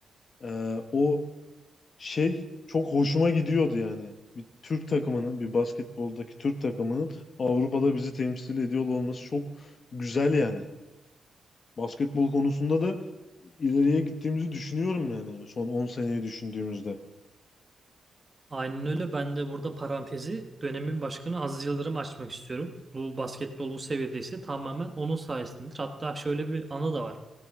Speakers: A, on the left; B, on the right.
A: Eee, o şey çok hoşuma gidiyordu yani. Bir Türk takımının, bir basketboldaki Türk takımının Avrupa'da bizi temsil ediyor olması çok güzel yani. Basketbol konusunda da ileriye gittiğimizi düşünüyorum yani son 10 seneyi düşündüğümüzde.
B: Aynen öyle. Ben de burada parantezi dönemin başkanı Aziz Yıldırım açmak istiyorum. Bu basketbol bu seviyedeyse tamamen onun sayesindedir. Hatta şöyle bir anı da var.